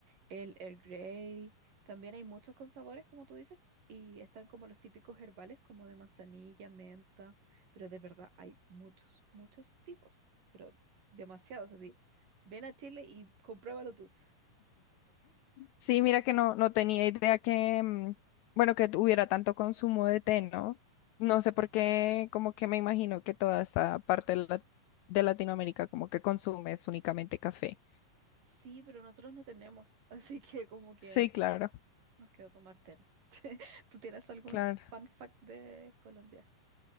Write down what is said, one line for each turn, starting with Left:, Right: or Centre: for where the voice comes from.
Right: el Earl Grey. También hay muchos con sabores, como tú dices, y están como los típicos herbales, como de manzanilla, menta, pero de verdad hay muchos, muchos tipos, pero demasiados así. Ven a Chile y compruébalo tú.
Left: Sí, mira que no, no tenía idea que, mm, bueno, que hubiera tanto consumo de té, ¿no? No sé por qué, como que me imagino que toda esta parte de, la- de Latinoamérica como que consume es únicamente café.
Right: Sí, pero nosotros no tenemos, <laughs> así que como que
Left: Sí, claro,
Right: nos quedó tomar té. ¿Tú tienes algún
Left: claro.
Right: fun fact de Colombia?